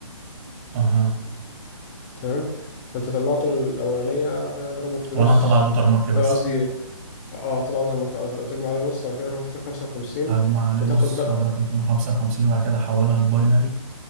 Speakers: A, on the right; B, on the left.
A: اها
B: تمام فانت طلعته من الاولانيه هتضربه في
A: هو
B: نص
A: انا هطلع الووتر مارك بس
B: آه، قصدي اه طلعوا تمك تجمع عليه نص على كده تروح في خمسة وخمسين
A: هجمع عليه
B: وتاخد
A: نص
B: بقى
A: واضرب في 255 وبعد كده احولها لباينري